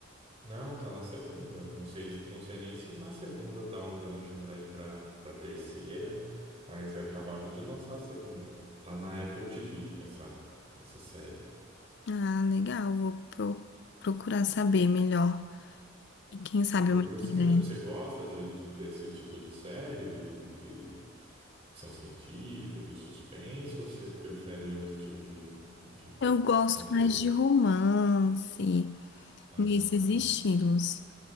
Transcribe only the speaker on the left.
Ah, legal. Vou pro- procurar saber melhor. E quem sabe
eu me interesso.
Eu gosto
mais de romance,
nesses estilos.